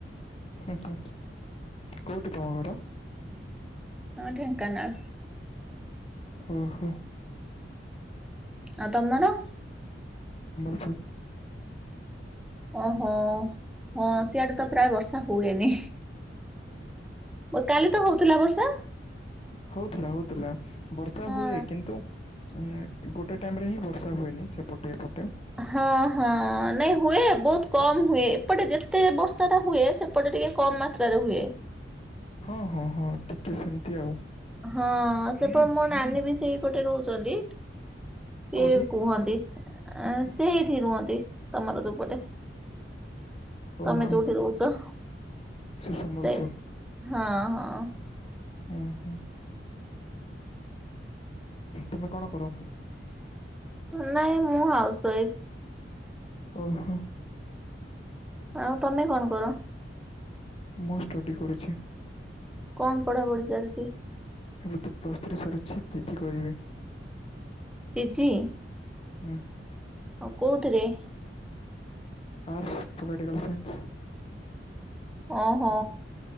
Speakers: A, on the left; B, in the centre.
A: ହୁଁ ହୁଁ କୋଉଠି ତମ ଘର?
B: ହଁ ଢେଙ୍କାନାଳ।
A: ଓହୋ।
B: ଆଉ ତମର?
A: ହୁ
B: ଓହୋ ହଁ ସିଆଡେ ତ ପ୍ରାୟେ ବର୍ଷା ହୁଏନି। ଓ କାଲି ତ ହୋଉଥୁଲା ବର୍ଷା।
A: ହୋଉଥୁଲା ହୋଉଥୁଲା ବର୍ଷା
B: ହଁ।
A: ହୁଏ କିନ୍ତୁ ଉଁ ଗୋଟେ ଟାଇମ୍‌ରେ ହିଁ ବର୍ଷା ହୁଏନି ସେପଟେ ଏପଟେ।
B: ହଁ ହଁ ନାଇଁ ହୁଏ ବୋହୁତ୍ କମ୍ ହୁଏ ଏପଟେ ଯେତେ ବର୍ଷାଟା ହୁଏ ସେପଟେ ଟିକେ କମ ମାତ୍ରାରେ ହୁଏ।
A: ହଁ ହଁ ହଁ ଟିକେ ସେମତି ଆଉ।
B: ହଁ ସେପ ମୋ ନାନୀ ବି ସେଇପଟେ ରହୁଚନ୍ତି ସିଏ
A: କୋଉଠି?
B: କୁହନ୍ତି। ଆ ଆଁ ସେଇଠି ରୁହନ୍ତି ତମର ଯୋଉପଟେ।
A: ଓହୋ
B: ତମେ ଯୋଉଠି ରହୁଚ।
A: ସେ ସମ୍ବଲପୁର
B: ସେଇଠି ହଁ ହଁ।
A: ଉଁ ହୁଁ। ତମେ କଣ କର?
B: ଉଁ ନାଇଁ ମୁଁ ହାଉସ୍ ୱାଇଫ୍।
A: ଓହୋ।
B: ଆଉ ତମେ କଣ କର?
A: ମୁଁ ଷ୍ଟଡ଼ି କରୁଛି।
B: କଣ ପଢ଼ାପଢ଼ି ଚାଲଚି?
A: ଏବେ ତ ପ୍ଲସ୍ ଥ୍ରୀ ସରିଛି ପିଜି କରିବି।
B: ପିଜି?
A: ହୁଁ।
B: ଆଉ କୋଉଥିରେ?
A: Arts political science.
B: ଓହୋ।